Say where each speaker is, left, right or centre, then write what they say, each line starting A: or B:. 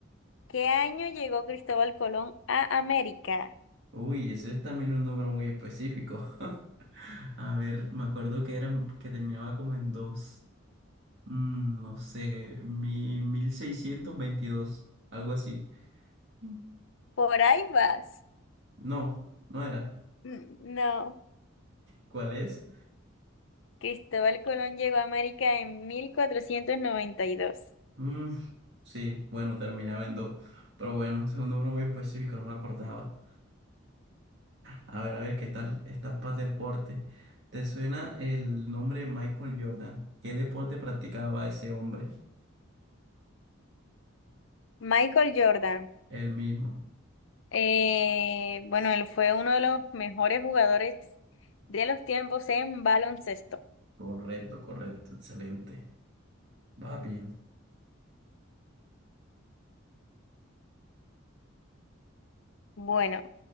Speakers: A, on the left (about 70°); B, on the right (about 60°).
A: ¿Qué año llegó Cristóbal Colón a América?
B: Uy, ese es también un número muy específico. <laughs> A ver, me acuerdo que eran, que terminaba como en dos. Mm, no sé, mi, 1622 algo así. Mm.
A: Por ahí vas.
B: No, no era.
A: Mm, No,
B: ¿Cuál es?
A: Cristóbal Colón llegó a América en 1492.
B: Mm, sí, bueno, terminaba en dos. Pero bueno, es un número muy específico, no me acordaba. A ver, a ver, ¿qué tal esta paz deporte? ¿Te suena el nombre de Michael Jordan? ¿Qué deporte practicaba ese hombre?
A: Michael Jordan,
B: El mismo.
A: eh, bueno, él fue uno de los mejores jugadores de los tiempos en baloncesto.
B: Correcto, correcto, excelente. Va bien.
A: Bueno,